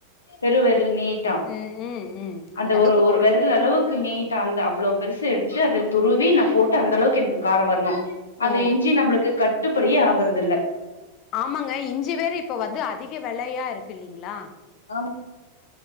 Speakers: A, on the left; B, on the left.
A: பெரு விரல் நீட்டா
B: ம் ம் ம்
A: அந்த ஒரு
B: அளவுக்கு
A: ஒரு
B: போடுறீங்க
A: விரல் அளவுக்கு நீட்டாந்த அவ்ளோ பெருசு எடுத் அத துருவி நா போட்டு அந்த அளவுக்கு எனக்கு காரம் வரணும் அது
B: ஓ
A: இஞ்சி நம்மளுக்கு கட் கட்டுப்படியே ஆகறது இல்ல
B: ஆமாங்க இஞ்சி வேற இப்ப வந்து அதிக வெலையா இருக்கு இல்லலைங்களா
A: ஆமா